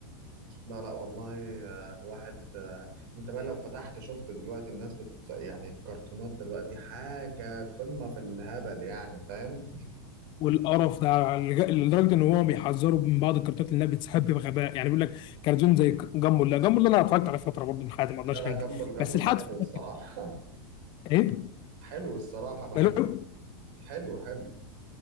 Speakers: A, on the right; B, on the left.
A: لا لا والله آه، الواحد آه، انت بقى لو فتحت شفت دلوقتي الناس بتت... يعني الكرتونات دلوقتي حاجه قمه في الهبل يعني فاهم
B: والقرف ده على- لدرجه ان هو بيحذروا من بعض الكرتونات لانها بتسحب بغباء يعني بيقول لك كرتون زي جامبو لا جامبو ده انا اتفرجت على فتره برضه من حياتي ما اقدرش
A: لا لا
B: انكر
A: جامبل جامبل
B: بس لحد
A: ده حلو
B: فترة-
A: الصراحه <laughs>
B: ايه
A: حلو الصراحة بحبه
B: ماله
A: حلو حلو